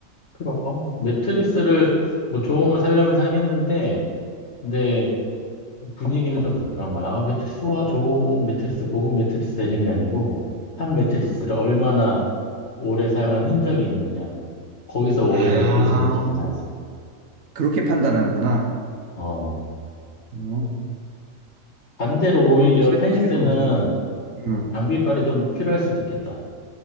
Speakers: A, on the left; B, on the right.
A: 그럼 매트리스를 뭐 좋은 거 사려면 사겠는데 근데 분위기는 좀 그런 거야. 아, 매트리스 와 좋은 매트리스 고급 매트리스다 이런 게 아니고 한 매트리스를
B: 음.
A: 얼마나 오래 사용한 흔적이 있느냐. 거기서 오히려
B: 아,
A: 고수 느낌이 나지.
B: 그렇게 판단하는구나.
A: 어
B: 어,
A: 반대로 오히려
B: 그건 또 새로,
A: 테니스는
B: 새로운 점. 응.
A: 장비빨이 좀 필요할 수도 있겠다.